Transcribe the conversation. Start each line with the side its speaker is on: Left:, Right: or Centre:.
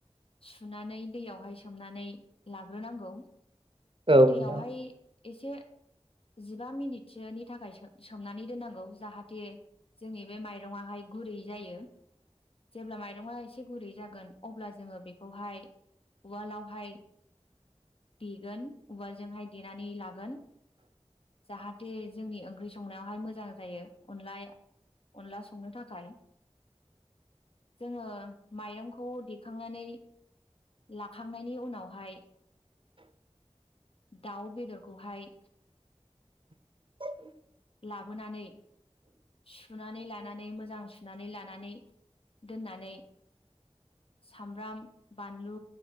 Left: सुनानै दैयावहाय सोमनानै लाग्रोनांगौ।
Right: औ
Left: दैयावहाय
Right: नोंथां
Left: एसे जिबा मिनिटसोनि थाखाय सोम सोमनानै दोननांगौ जाहाथे जोंनि बे माइरङाहाय गुरै जायो जेब्ला माइरंआ एसे एसे गुरै जागोन अब्ला जोङो बेखौहाय उवालावहाय दे गोन उवालाजोंहाय देनानै लागोन जाहाथे जोंनि ओंख्रि संनायावहाय मोजां जायो अनलाया अनला संनो थाखाय जोङो माइरंखौ देखांनानै लाखांनायनि उनावहाय दाउ बेदर खौहाय
Right: <unintelligible>
Left: लाबोनानै सुनानै लानानै मोजां सुनानै लानानै दोननानै सामब्राम बानलु